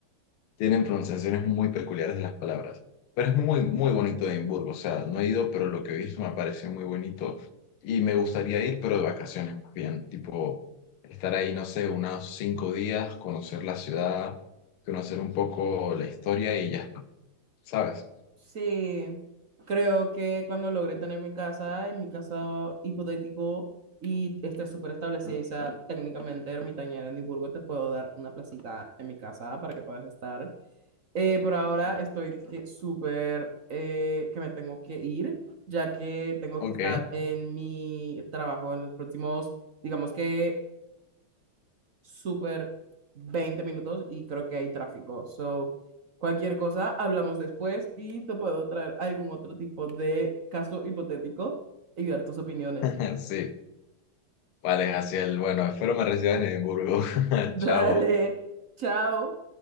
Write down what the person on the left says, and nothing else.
tienen pronunciaciones muy peculiares de las palabras. Pero es muy, muy bonito Edimburgo, o sea, no he ido, pero lo que he visto me parece muy bonito y me gustaría ir, pero de vacaciones más bien, tipo estar ahí, no sé, unos cinco días, conocer la ciudad, conocer un poco la historia y ya está, ¿sabes?
Ok,
<laughs> sí. Vale, Jaciel, bueno, espero me recibas en Edimburgo. <laughs>
Chao.